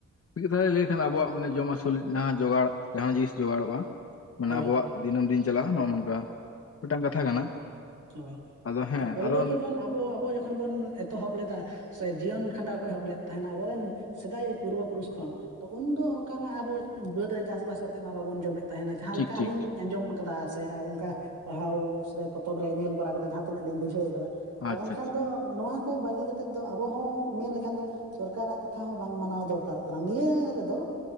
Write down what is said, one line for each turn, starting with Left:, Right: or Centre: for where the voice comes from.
Left: ᱢᱤᱫ ᱠᱟᱛᱷᱟᱭ ᱞᱟᱹᱭ ᱠᱷᱟᱱ ᱟᱵᱚᱣᱟᱜ ᱢᱟᱱᱮ ᱡᱚᱢ ᱟᱹᱥᱩᱞ ᱡᱟᱦᱟᱸ ᱡᱚᱜᱟᱲ ᱡᱟᱦᱟᱸ ᱡᱤᱱᱤᱥ ᱡᱚᱜᱟᱲᱚᱜᱼᱟ᱾ ᱢᱟᱱᱮ
Right: ᱦᱳᱭ
Left: ᱟᱵᱚᱣᱟᱜ ᱫᱤᱱᱟᱹᱢ ᱫᱤᱱ ᱪᱟᱞᱟᱜᱼᱟ ᱱᱚᱜᱼᱚ ᱱᱚᱝᱠᱟ ᱢᱤᱫᱴᱟᱝ ᱠᱟᱛᱷᱟ ᱠᱟᱱᱟ᱾
Right: ᱦᱳᱭ
Left: ᱟᱫᱚ ᱦᱮᱸ
Right: ᱛᱚ ᱯᱳᱭᱞᱳ
Left: ᱟᱫᱚ
Right: ᱡᱚᱠᱷᱚᱱ ᱟᱵᱚ ᱟᱵᱚ ᱡᱚᱠᱷᱚᱱ ᱵᱚᱱ ᱮᱛᱚᱦᱚᱵ ᱞᱮᱫᱟ᱾ ᱥᱮ ᱡᱤᱭᱚᱱ ᱠᱷᱟᱸᱰᱟᱣ ᱠᱚ ᱮᱦᱚᱵ ᱞᱮᱫ ᱛᱟᱦᱮᱱᱟ ᱟᱵᱚᱨᱮᱱ᱾ ᱥᱮᱫᱟᱭ ᱯᱩᱨᱵᱚ ᱯᱩᱨᱩᱥ ᱠᱷᱚᱱ ᱛᱚ ᱩᱱᱫᱚ ᱚᱱᱠᱟ ᱢᱟ ᱟᱵᱚ ᱵᱟᱹᱫᱽ ᱨᱮ ᱪᱟᱥᱼᱵᱟᱥ ᱠᱟᱛᱮᱜ ᱢᱟ ᱵᱟᱵᱚᱱ ᱡᱚᱢᱮᱫ ᱛᱟᱦᱮᱱᱟ ᱡᱟᱦᱟᱸ
Left: ᱴᱷᱤᱠ
Right: ᱞᱮᱠᱟ
Left: ᱴᱷᱤᱠ
Right: ᱟᱹᱞᱤᱧ ᱟᱸᱡᱚᱢ ᱠᱟᱫᱟ ᱥᱮ ᱚᱱᱠᱟ ᱯᱟᱲᱦᱟᱣ ᱥᱮ ᱵᱟ ᱯᱚᱛ ᱛᱚᱵ ᱨᱮ ᱧᱮᱞ ᱵᱟᱲᱟ ᱠᱟᱛᱮ ᱡᱟᱦᱟᱸ ᱛᱤᱱᱟᱹᱜ ᱞᱤᱧ ᱵᱩᱡᱷᱟᱹᱣ ᱠᱟᱫᱟ ᱛᱚ
Left: ᱟᱪᱪᱷᱟ
Right: ᱮᱱᱠᱷᱟᱱ
Left: ᱟᱪᱪᱷᱟ
Right: ᱫᱚ ᱱᱚᱣᱟ ᱠᱚ ᱵᱟᱹᱜᱤ ᱠᱟᱛᱮᱫ ᱫᱚ ᱟᱵᱚ ᱦᱚᱸ ᱢᱮᱱ ᱞᱮᱠᱷᱟᱱ ᱫᱚ ᱥᱚᱨᱠᱟᱨᱟᱜ ᱠᱟᱛᱷᱟ ᱦᱚᱸ ᱵᱟᱝ ᱢᱟᱱᱟᱣ ᱫᱚᱨᱠᱟᱨᱚᱜ ᱠᱟᱱᱟ ᱱᱤᱭᱟᱹ ᱨᱮ ᱫᱚ᱾